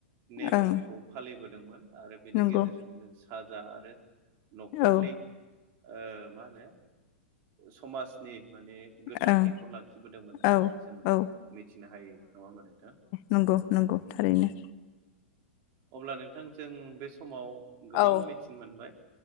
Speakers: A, on the right; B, on the left.
A: नेमखौ
B: ओं
A: फालिबोदोंमोन आरो बेनि
B: नंगौ
A: गेजेरजों जों साजा आरो न'खरनि
B: औ
A: ओ मा होनो समाजनि माने गोथारथिखौ
B: ओं
A: लाखिबोदोंमोन होननानै
B: औ
A: जों
B: औ
A: मिथिनो हायो नङा होनोमबा नोंथां।
B: नंगौ-नंगौ थारैनो।
A: अब्ला नोंथांजों बे समाव गोबां
B: औ
A: मिथिनो मोनबाय